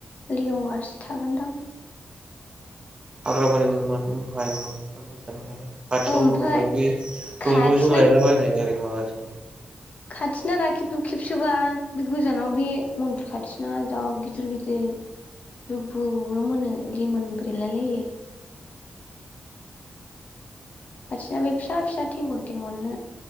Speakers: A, on the left (about 50°); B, on the right (about 30°).
A: लेवारसो थागोनदां
B: हाग्रााबारियाव <unintelligible> खाथियावनो
A: ओमफाय
B: दङोबा ओरै दंग'जों
A: खाथिना
B: लायलाबायनो हाया ओरै माबादि
A: खाथिना राखेबा रूखेबसोबा बे गोजानाव बे मन्दिर खाथिना जा गिदिर गिदिर रबुल मोनो लिमोन ब्रेलायलायो खाथिना बे फिसा फिसा थेंगन थेंगननो